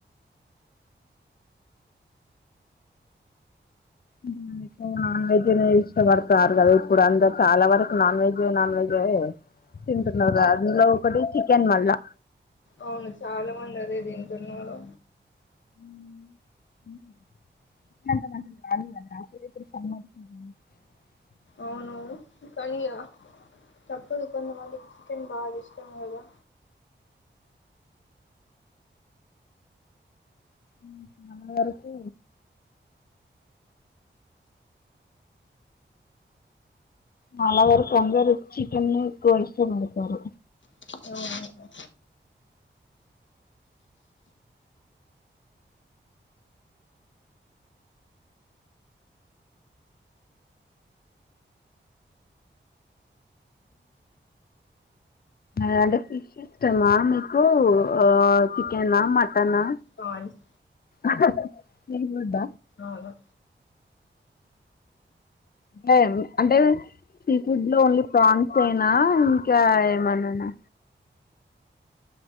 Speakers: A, on the left (about 50°); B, on the left (about 70°).
A: <inaudible> ఎక్కువగా నాన్ వెజ్ ఇష్టపడుతరు కదా, ఇప్పుడు అందరు చాలా వరకు నాన్ వెజ్ నాన్ వెజే తింటున్నారు అందులో ఒకటి చికెన్ మళ్ళా
B: అవును చాలా మంది అదే తింటున్నారు
A: ఉ ఉ <inaudible>
B: అవును కనియ తప్పదు కొంతమందికి చికెన్ బాగా ఇష్టం కదా.
A: ఉ హు నా వరుకూ నాలా వరకు అందరు చికన్నే ఎక్కువ ఇష్ట పడుతారు.
B: ఆ
A: ఉ నద అంటే ఫిష్ ఇష్టమా మీకు ఆ చికెనా మటనా
B: పయిన్స్
A: అహహహ నేనొద్ద
B: అవును
A: అంటే అంటే సీ ఫుడ్ లో ఓన్లీ ప్రాన్స్ యేనా ఇంకా ఏమన్నానా.